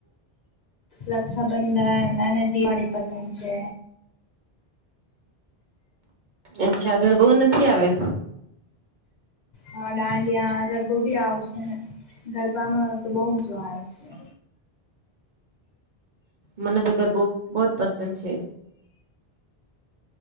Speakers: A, on the left; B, on the right.
A: રક્ષાબંધન અને દિવાળી પસંદ છે.
B: અચ્છા ગરબો નથી આવે?
A: હા ડાંગિયા ગરબો બી આવશે ને. ગરબામાં તો બહ મજા આવે છે.
B: મને ગરબો બહ જ પસંદ છે.